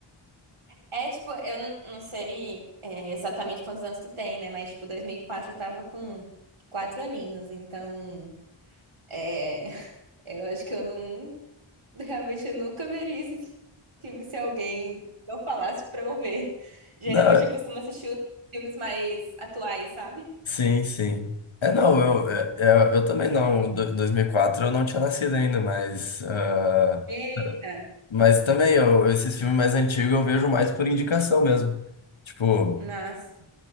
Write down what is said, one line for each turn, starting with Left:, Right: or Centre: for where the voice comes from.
Right: é tipo, eu não não sei é, exatamente quantos anos tu tem, né? Mas tipo, 2004 eu tava com quatro aninhos, então. É, eu acho que eu não, realmente eu nunca veria esse filme se alguém não falasse pra eu ver. Geralmente
Left: Não,
Right: eu costumo assistir os filmes mais atuais, sabe?
Left: sim, sim. É, não, eu, é, é, eu, também não, do- dois mil e quatro eu não tinha nascido ainda, mas, ah,
Right: Eita,
Left: mas também eu, esses filmes mais antigos eu vejo mais por indicação mesmo. Tipo,
Right: nossa.